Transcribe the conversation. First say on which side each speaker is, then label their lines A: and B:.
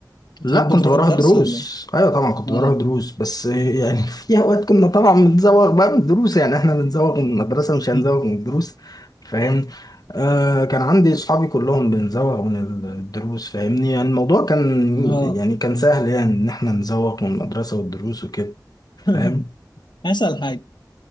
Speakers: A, on the left (about 85°); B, on the left (about 60°).
A: بتحب
B: لا كنت
A: تروح
B: بروح
A: الدرس
B: دروس
A: ولا
B: ايوه طبعا كنت
A: اه
B: بروح دروس بس يعني <laughs> في اوقات كنا طبعا بنزوغ بقى من الدروس يعني احنا بنزوغ من المدرسة مش هنزوغ
A: <laughs>
B: من الدروس فاهم آه كان عندي صحابي كلهم بنزوغ من الدروس فاهمني يعني الموضوع كان
A: اه
B: يعني كان سهل يعني ان احنا نزوغ من المدرسة والدروس وكده
A: <laughs>
B: فاهم
A: اسأل حاجة